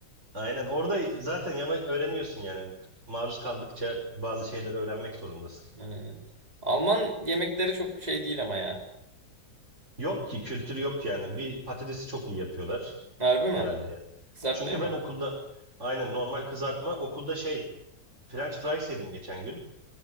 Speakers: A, on the right; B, on the right.
A: Aynen. Orada zaten yama öğreniyorsun yani. Maruz kaldıkça bazı şeyleri öğrenmek zorundasın.
B: Aynen. Alman yemekleri çok şey değil ama ya.
A: Yok ki kültürü yok yani. Bir patatesi çok iyi yapıyorlar
B: Harbi mi?
A: herhalde yani.
B: Kızartmayı
A: Çünkü
B: mı?
A: ben okulda aynen normal kızartma okulda şey French fries yedim geçen gün.